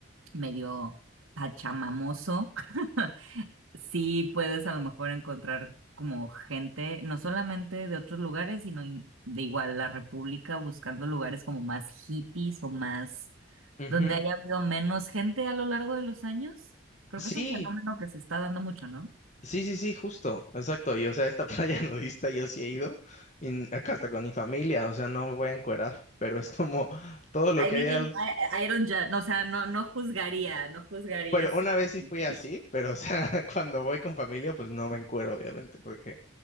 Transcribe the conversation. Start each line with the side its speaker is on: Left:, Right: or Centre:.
Right: medio pachamamoso, <laughs> sí puedes a lo mejor encontrar como gente, no solamente de otros lugares, sino in- de igual la República, buscando lugares como más hippies o más
Left: Ujú.
Right: donde haya habido menos gente a lo largo de los años. Creo que
Left: Sí,
Right: es un fenómeno que se está dando mucho, ¿no?
Left: sí, sí, sí, justo, exacto. Y o sea, esta <laughs> playa nudista yo sí he ido, y acá hasta con mi familia, o sea, no me voy a encuerar, pero es como todo lo
Right: I
Left: que
Right: mean,
Left: hay al...
Right: I, I don't ju- o sea, no, no juzgaría, no juzgaría
Left: Bueno,
Right: si...
Left: una vez sí fui
Right: <laughs>
Left: así, pero o sea, <laughs> cuando voy con familia, pues no me encuero, obviamente, porque